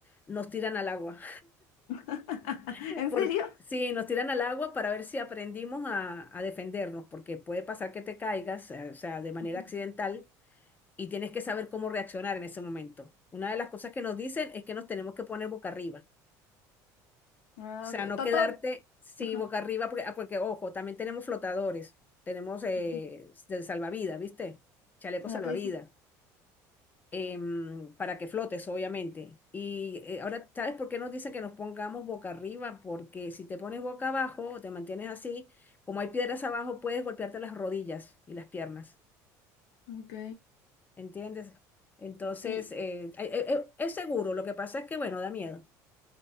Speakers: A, on the left; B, on the left.
A: nos tiran al agua.
B: <laughs>
A: <laughs>
B: ¿En
A: Por-
B: serio?
A: sí, nos tiran al agua para ver si aprendimos a, a defendernos porque puede pasar que te caigas, eh, o sea, de manera
B: Ujú.
A: accidental y tienes que saber cómo reaccionar en ese momento. Una de las cosas que nos dicen es que nos tenemos que poner boca arriba.
B: Ah,
A: O sea,
B: ok.
A: no
B: Toto.
A: quedarte, sí,
B: Ajá.
A: boca arriba, porque, ah, porque ojo, también tenemos flotadores, tenemos eh,
B: Ujú.
A: del salvavidas, ¿viste? Chaleco
B: Ok,
A: salvavidas,
B: sí.
A: em, para que flotes, obviamente. Y eh, ahora, ¿sabes por qué nos dicen que nos pongamos boca arriba? Porque si te pones boca abajo o te mantienes así, como hay piedras abajo, puedes golpearte las rodillas y las piernas,
B: Ok.
A: ¿entiendes? Entonces,
B: Sí,
A: eh, eh, eh, es seguro, lo que pasa es que, bueno, da miedo.